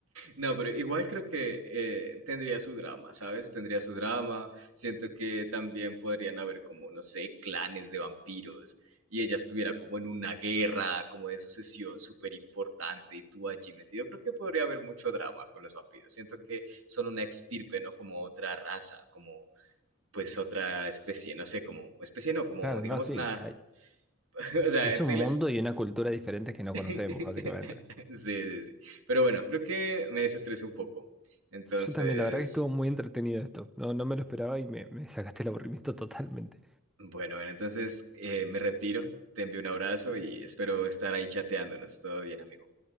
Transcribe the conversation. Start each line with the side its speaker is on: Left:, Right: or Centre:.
Right: No, pero igual creo que eh, tendría su drama, ¿sabes? Tendría su drama. Siento que también podrían haber como, no sé, clanes de vampiros y ella estuviera como en una guerra, como de sucesión súper importante y tú allí metido. Creo que podría haber mucho drama con los vampiros. Siento que son una extirpe, ¿no? Como otra raza, como pues otra especie, no sé, como especie no, como
Centre: Claro,
Right: digamos
Centre: no, sí,
Right: una,
Centre: hay-
Right: <laughs> o sea,
Centre: es un
Right: tela-
Centre: mundo y una cultura diferentes que no
Right: <laughs>
Centre: conocemos, básicamente.
Right: Sí, sí, sí. Pero bueno, creo que me desestresé un poco. Entonces,
Centre: Yo también, la verdad que estuvo muy entretenido esto, no, no me lo esperaba y me me sacaste el aburrimiento totalmente.
Right: bueno, bueno, entonces eh, me retiro. Te envío un abrazo y espero estar ahí chateándonos. Todo bien, amigo.